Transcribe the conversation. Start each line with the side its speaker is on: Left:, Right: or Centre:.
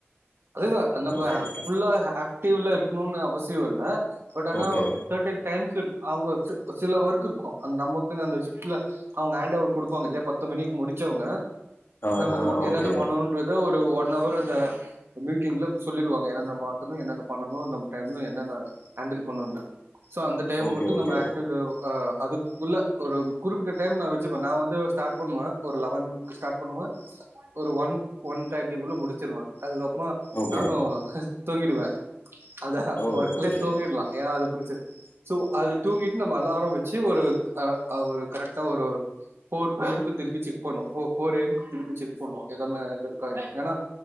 Right: அதேதா நம்ப
Left: ஓகே, ஓகே.
Right: ஃபுல்லா ஆக்டிவ்ல இருக்கணுனு அவசி யோ இல்ல பட் ஆனா
Left: ஓகே.
Right: ஸட்டன் டைம்ஸ் இரு அவுங்க சில ஒர்க் இருக்கு அந்த நமக்குன்னு அந்த ஷிஃப்ட்ல அவுங்க ஹாண்ட்ஓவர் குடுப்பாங்க இல்லையா பத்து மணிக்கு முடிச்சவங்க
Left: ஆ,
Right: நமக்கு
Left: ஆ.
Right: ஒ என்னென்ன
Left: ஓகே.
Right: பண்ணணுன்றது ஒரு ஒன் அவர் அந்த எ மீட்டிங்ல சொல்லிருவாங்க என்ன மாத்தணு என்னென்ன பண்ணனு நம்ம டைம்ல என்னென்ன ஹேண்டில் பண்ணணுனு சோ அந்த டைம்
Left: ஓகே,
Right: மட்டு
Left: ஓகே.
Right: நம்ம ஆக்டிவ்ல ஆ அதுக்குள்ள ஒரு குறிப்பிட்ட டைம் நா வச்சுப்பே நா வந்து ஸ்டார்ட் பண்ணுவே ஒரு லவென்க்கு ஸ்டார்ட் பண்ணுவே ஒரு ஒன் ஒன் தேர்ட்டிக்குள்ள முடிச்சுருவே அதுக்கப்ற
Left: ஓகே.
Right: நானு தூங்கிடுவே அதா
Left: ஓ!
Right: ஒர்க்லே
Left: ஓகே.
Right: தூங்கிட்லா ஏனா அது புடிச்சு சோ அது தூங்கிட்டு நம்ம அலாரம் வெச்சு ஒரு அ அ ஒரு கரெக்டா ஒரு ஃபோர் எ எம் க்கு திருப்பி செக் பண்ணுவோ‌‌‌ ஃபோ ஃபோர் எ எம் க்கு திருப்பி செக் பண்ணுவோ எல்லாமே கரெக் ஏனா